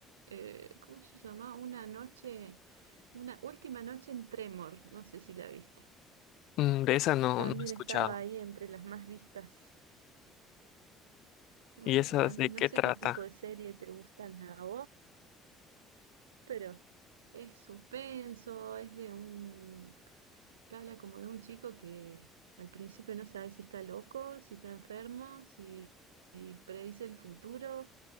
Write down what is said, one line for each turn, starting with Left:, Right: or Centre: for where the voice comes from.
Right: eh, ¿cómo se llama? Una noche, una última noche en Tremor, no sé si la viste.
Left: Mm, De esa no,
Right: También
Left: no he escuchado.
Right: estaba ahí entre las más vistas. Bueno,
Left: ¿Y esa
Right: también
Left: de
Right: no
Left: qué
Right: sé
Left: trata?
Right: qué tipo de serie te gustan a vos, pero es suspenso, es de un Te habla como de un chico que al principio no sabe si está loco, si está enfermo, si, si predice el futuro,